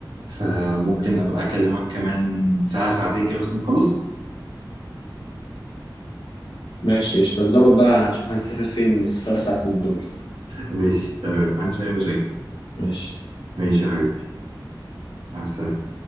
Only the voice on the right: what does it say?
فممكن ابقى اكلمك كمان ساعه ساعتين كده بس لما اخلص
ماشي تمام ما عنديش أي مشاكل
ماشي يا حبيبي مع السلامة